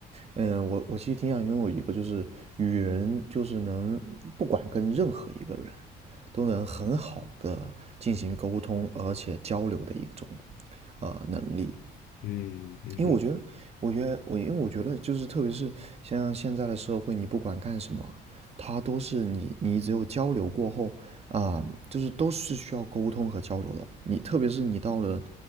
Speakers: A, on the right; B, on the left.
A: 嗯，我我其实挺想拥有一个，就是与人就是能不管跟任何一个人都能很好的进行沟通，而且交流的一种呃能力。
B: 嗯嗯哼
A: 因为我觉得，我觉得我因为我觉得就是特别是像现在的社会，你不管干什么，它都是你你只有交流过后啊、呃就是都是需要沟通和交流的。你特别是你到了